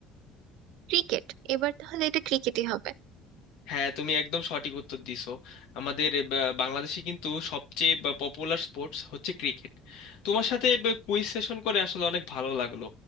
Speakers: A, on the right; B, on the left.
A: ক্রিকেট এবার তাহলে এটা ক্রিকেটই হবে
B: হ্যাঁ তুমি একদম সঠিক উত্তর দিছো আমাদের এ, বা- বাংলাদেশে কিন্তু সবচেয়ে পপুলার স্পোর্টস হচ্ছে ক্রিকেট তোমার সাথে কুইজ সেশন করে আসলে অনেক ভালো লাগলো